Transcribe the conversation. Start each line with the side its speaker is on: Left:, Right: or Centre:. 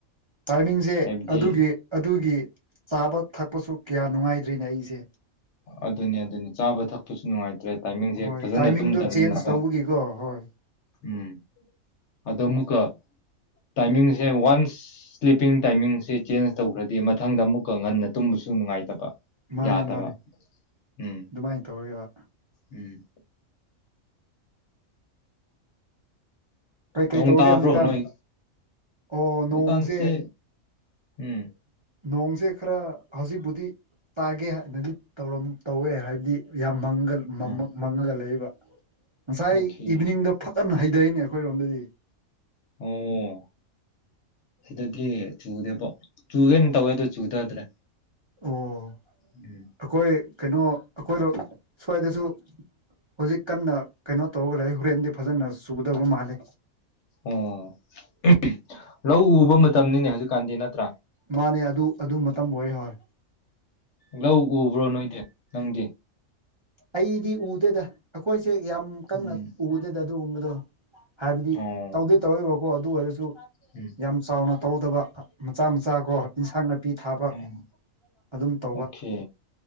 Right: ꯇꯥꯏꯃꯤꯡꯁꯦ
Left: ꯍꯥꯏꯕꯗꯤ
Right: ꯑꯗꯨꯒꯤ ꯑꯗꯨꯒꯤ ꯆꯥꯕ ꯊꯛꯄꯁꯨ ꯀꯌꯥ ꯅꯨꯡꯉꯥꯏꯗ꯭ꯔꯤꯅꯦ ꯑꯩꯁꯦ꯫
Left: ꯑꯗꯨꯅꯤ ꯑꯗꯨꯅꯤ ꯆꯥꯕ ꯊꯛꯄꯁꯨ ꯅꯨꯡꯉꯥꯏ ꯇꯥꯔꯦ ꯇꯥꯏꯝꯃꯤꯡꯁꯦ
Right: ꯍꯣꯏ
Left: ꯐꯖꯅꯥ
Right: ꯇꯥꯏꯃꯤꯡꯗꯣ
Left: ꯇꯨꯝꯗꯕꯅꯤꯅꯀꯣ꯫
Right: ꯆꯦꯟꯖ ꯇꯧꯕꯒꯤꯀꯣ ꯍꯣꯏ
Left: ꯎꯝ ꯑꯗꯨꯝꯀꫭ ꯇꯥꯏꯝꯃꯤꯡꯁꯦ ꯋꯥꯟꯁ ꯁ꯭ꯂꯤꯞꯄꯤꯡ ꯇꯥꯏꯃꯤꯡꯁꯦ ꯆꯦꯟꯖ ꯇꯧꯈ꯭ꯔꯗꯤ ꯃꯊꯪꯗ ꯑꯃꯨꯛꯀ ꯉꯟꯅ ꯇꯨꯝꯕꯁꯨ ꯅꯨꯡꯉꯥꯏꯇꯕ
Right: ꯃꯥꯅꯦ
Left: ꯌꯥꯗꯕ
Right: ꯃꯥꯅꯦ
Left: ꯎꯝ꯫
Right: ꯑꯗꯨꯃꯥꯏ ꯇꯧꯔꯦꯕ
Left: ꯎꯝ꯫
Right: ꯀꯩꯀꯩ
Left: ꯅꫭꯡ
Right: ꯇꯧꯔꯒꯦ
Left: ꯇꯥꯕ꯭ꯔꯣ
Right: ꯍꯧꯖꯤꯛꯀꯥꯟ
Left: ꯅꯣꯏ
Right: ꯑꯣ ꯅꯣꯡꯁꯦ
Left: ꯍꯧꯖꯤꯛꯀꯥꯟꯁꯦ ꯎꯝ
Right: ꯅꯣꯡꯁꯦ ꯈꯔ ꯍꯧꯖꯤꯛꯕꯨꯗꯤ ꯇꯥꯒꯦ ꯍꯥꯏꯅꯗꯤ ꯇꯧꯔꯝ ꯇꯧꯋꯦ ꯍꯥꯏꯕꯗꯤ ꯌꯥꯝ ꯃꯪꯒꯜ ꯃꯝꯃꯥ
Left: ꯎꯝ
Right: ꯃꯪꯃꯒꯥ ꯂꯩꯕ ꯉꯁꯥꯏ
Left: ꯑꯣꯀꯦ
Right: ꯏꯚꯅꯤꯡꯗꫭ ꯐꯠ ꯐꯖꯅꯥ ꯍꯩꯊꯩꯅꯦ ꯑꯩꯈꯣꯏꯔꯣꯝꯗꯗꯤ
Left: ꯑꯣ ꯁꯤꯗꯗꯤ ꯆꯨꯗꯦꯕꯣ ꯆꯨꯒꯦꯅ ꯇꯧꯋꯦ ꯑꯗꯨ ꯆꯨꯊꯗ꯭ꯔꯦ
Right: ꯑꯣ
Left: ꯎꯝ‌꯫
Right: ꯑꯩꯈꯣꯏ ꯀꯩꯅꯣ ꯑꯩꯈꯣꯏꯔꯣ ꯁ꯭ꯋꯥꯏꯗꯁꯨ ꯍꯧꯖꯤꯛ ꯀꯟꯅ ꯀꯩꯅꯣ ꯇꯧꯔꯒ ꯂꯩ ꯍꯣꯔꯦꯟꯗꯤ ꯐꯖꯅꯥ ꯆꯨꯒꯗꯕ ꯃꯥꯜꯂꯦ ꯫
Left: ꯑꯣ ꯎꯝ ꯂꯧ ꯎꯕ ꯃꯇꯝꯅꯤꯅꯦ ꯍꯧꯖꯤꯛꯀꯥꯟꯗꯤ ꯅꯠꯇ꯭ꯔꯥ
Right: ꯃꯥꯅꯦ ꯑꯗꯨ ꯑꯗꯨ ꯃꯇꯝ ꯑꯣꯏ ꯍꯣꯏ
Left: ꯂꯧ ꯎꯕ꯭ꯔꯣ ꯅꯣꯏꯗꯤ ꯅꯪꯗꯤ꯫
Right: ꯑꯩꯗꯤ ꯎꯗꯦꯗ ꯑꯩꯈꯣꯏꯁꯦ ꯌꯥꯝ ꯀꯟꯅ
Left: ꯎꯝ
Right: ꯎꯗꯦꯗ ꯑꯗꯨꯒꯨꯝꯕꯗꯣ ꯍꯥꯏꯕꯗꯤ
Left: ꯑꯣ
Right: ꯇꯧꯗꯤ ꯇꯧꯑꯦꯕꯀꯣ ꯑꯗꯨ ꯑꯣꯏꯔꯁꯨ
Left: ꯎꯝ꯫
Right: ꯌꯥꯝ ꯆꯥꯎꯅ ꯇꯧꯗꯕ ꯃꯆꯥ ꯃꯆꯥ ꯀꯣ ꯏꯟꯁꯥꯡ ꯅꯥꯄꯤ ꯊꯥꯕ
Left: ꯎꯝ
Right: ꯑꯗꯨꯝ ꯇꯧꯕ꯫
Left: ꯑꯣꯀꯦ